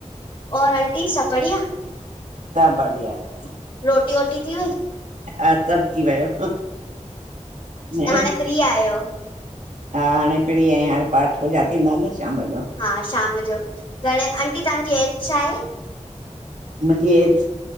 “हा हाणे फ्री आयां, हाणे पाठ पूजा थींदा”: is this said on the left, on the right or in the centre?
Right